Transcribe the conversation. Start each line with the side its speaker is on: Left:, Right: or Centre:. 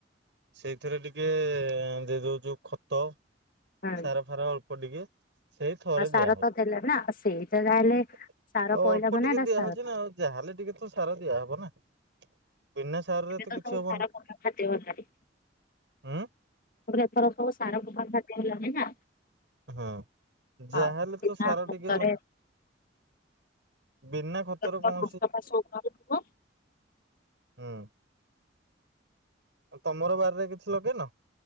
Right: ସେଇଥିରେ ଟିକେ ଦେଇ ଦଉଛୁ ଖତ।
Left: ହୁଁ
Right: ସାର ଫାର ଅଳ୍ପ ଟିକେ। ସେଇ ଥରେ
Left: ଆଉ ସାର
Right: ଦିଆ ହଉଛି।
Left: ତ ଦେଲେ ନା ସେଇଟା ଯାହାହେଲେ ସାର
Right: ଆଉ
Left: ପଇଲା
Right: ଅଳ୍ପ
Left: ମାନେ
Right: ଟିକେ
Left: ଏଟା
Right: ଦିଆ
Left: ସାର
Right: ହଉଚି ନା ଆଉ। ଯାହା। ଟିକେ ତ ସାର ଦିଆହବ ନା। ବିନା ସାରରେ
Left: ଏବେ ତ
Right: କିଛି
Left: ସବୁ
Right: ହବନି।
Left: ସାର ପକା ଖାଦ୍ୟ ହେଲାଣି।
Right: ଉଁ
Left: ଏଥର ସବୁ ସାର ପକା ଖାଦ୍ୟ ହେଲାଣି ନା।
Right: ହଁ, ଯାହେଲେ
Left: ଆଉ ବିନା
Right: ତ ସାର
Left: ଖତରେ
Right: ଟିକେ ନଉ। ବିନା ଖତର
Left: କେତେ
Right: କୌ
Left: ଘାସ ଫାସ ଉପାଡୁଥିବ।
Right: ହୁଁ, ତମର ବାରିରେ କିଛି ଲଗେଇନ?